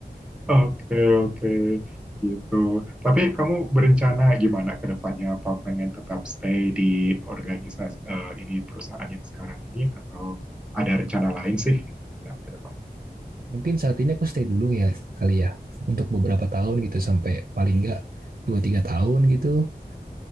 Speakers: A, in the centre; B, on the right.
A: Oke, oke. Gitu. Tapi kamu berencana gimana ke depannya? Apa pengen tetap stay di organisasi eh, ini perusahaan yang sekarang ini atau ada rencana lain sih? Ya, ke depan.
B: mungkin saat ini aku stay dulu ya kali ya untuk beberapa tahun gitu sampai paling enggak dua tiga tahun gitu